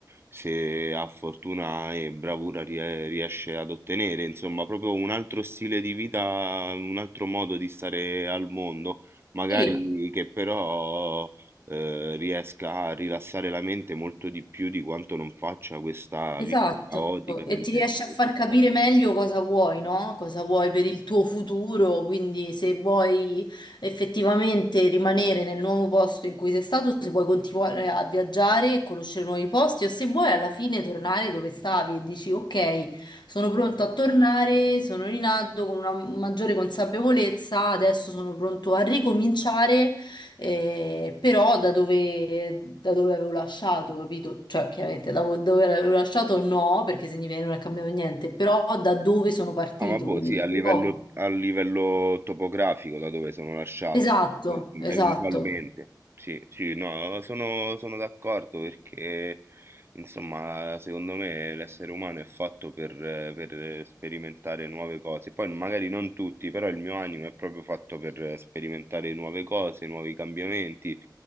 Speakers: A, on the right (about 35°); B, on the left (about 80°).
A: se ha fortuna e bravura rie- riesce ad ottenere, insomma, proprio un altro stile di vita, un altro modo di stare al mondo, magari
B: sì.
A: che però eh, riesca a rilassare la mente molto di più di quanto non faccia questa
B: Esatto,
A: vita caotica nelle
B: e ti riesce a far
A: città.
B: capire meglio cosa vuoi, no? Cosa vuoi per il tuo futuro, quindi se vuoi effettivamente rimanere nel nuovo posto in cui sei stato, se vuoi continuare a viaggiare e conoscere nuovi posti o se vuoi alla fine tornare dove stavi e dici ok, sono pronto a tornare, sono rinato con una maggiore consapevolezza, adesso sono pronto a ricominciare eh, però da dove, da dove avevo lasciato, capito? Cioè, chiaramente da dove avevo lasciato no, perché significa che non è cambiato niente, però da dove sono partito,
A: Ah, vabbò,
B: quindi
A: sì,
B: dal
A: a livello,
B: luogo.
A: a livello topografico da dove sono lasciato,
B: Esatto,
A: eh,
B: esatto,
A: eventualmente. Sì, sì, no, sono, sono d'accordo perché, insomma, secondo me l'essere umano è fatto per, eh, per sperimentare nuove cose. Poi magari non tutti, però il mio animo è proprio fatto per sperimentare nuove cose, nuovi cambiamenti.